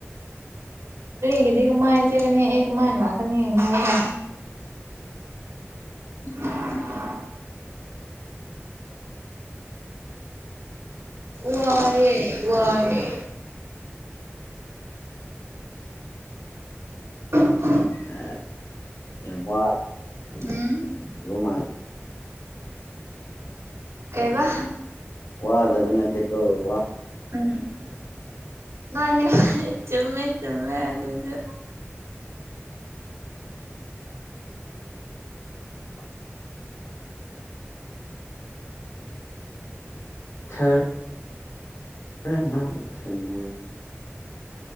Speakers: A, on the right (about 70°); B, on the left (about 85°).
A: ꯒꯤꯗꯤꯒ ꯃꯥꯏ ꯆꯦ ꯀꯅꯤ ꯑꯦ ꯃꯥꯏ ꯂ ꯀꯅꯤꯗ <unintelligible> ꯋꯥꯔꯦ ꯋꯥꯅꯦ <inaudible>
B: ꯑ ꯌꯥꯝꯄ
A: ꯎꯝ
B: ꯃꯥ
A: ꯀꯩꯕ
B: ꯋꯥꯗꯕ ꯅꯠꯇ ꯀꯣ ꯋꯥ
A: ꯎꯝ ꯃꯥꯅꯤ ꯆꯨꯝꯃꯦ ꯆꯨꯝꯃꯦ ꯑꯗꯨꯁꯨ
B: <unintelligible> <inaudible> ꯈꯔ ꯈꯔꯅ ꯈꯅ